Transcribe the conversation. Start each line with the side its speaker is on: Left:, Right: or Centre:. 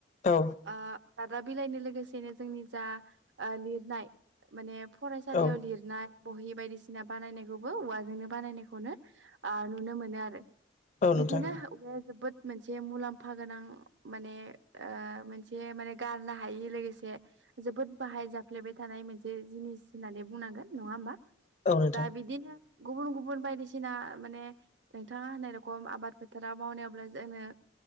Left: औ
Right: आ <unintelligible> <unintelligible> बिलाइनि लोगोसेनो जोंनि जा ओ लिरनाय माने फरायसालियाव
Left: औ
Right: लिरनाय बहि बायदिसिना बानायनायखौबो औवाजोंनो बानायनायखौनो आ नुनो मोनो आरो।
Left: औ
Right: बिदिनोह
Left: नोंथां
Right: औवाया जोबोद मोनसे मुलाम्फा गोनां माने आ मोनसे माने गारनो हायि लोगोसे जोबोद बाहाय जाफ्लेबाय थानाय मोनसे जिनिस होननानै बुंनांगोन नङा ओमबा
Left: औ नोंथां
Right: दा बिदिनो गुबुन-गुबुन बायदिसिना आ माने नोंथाङा होननाय रखम आबाद फोथाराव मावनायावब्ला जोंनो